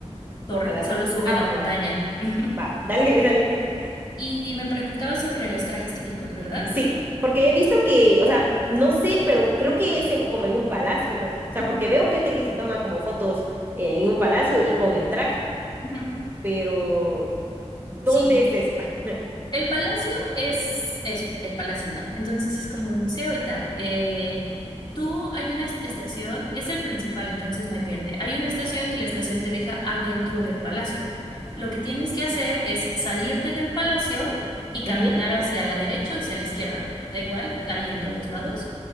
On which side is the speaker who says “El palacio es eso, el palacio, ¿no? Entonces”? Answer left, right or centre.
Left